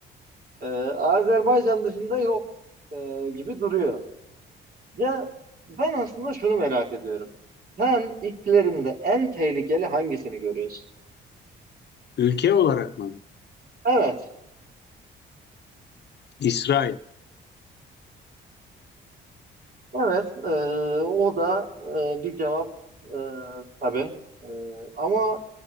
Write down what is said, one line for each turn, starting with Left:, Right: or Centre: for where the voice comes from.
Right: Ee, Azerbaycan dışında yok e, gibi duruyor. Ya ben aslında şunu merak ediyorum. Sen ilklerinde en tehlikeli hangisini görüyorsun?
Left: Ülke olarak mı?
Right: Evet,
Left: İsrail.
Right: evet. e, o da e, bir cevap e, tabii. E, ama